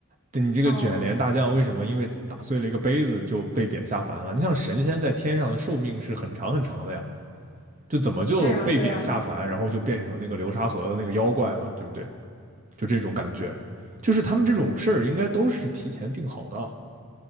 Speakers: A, on the right; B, on the left.
A: 对你这个卷帘大将为什么因为打碎了一个杯子就被贬下凡了？
B: 啊哦，
A: 你像神仙在天上的寿命是很长很长的呀，就怎么就被贬下凡，
B: 对呀、对呀、
A: 然后就变成那个流沙河的那个妖怪了，对不对？就这种感觉，就是他们这种事儿应该都是提前定好的啊。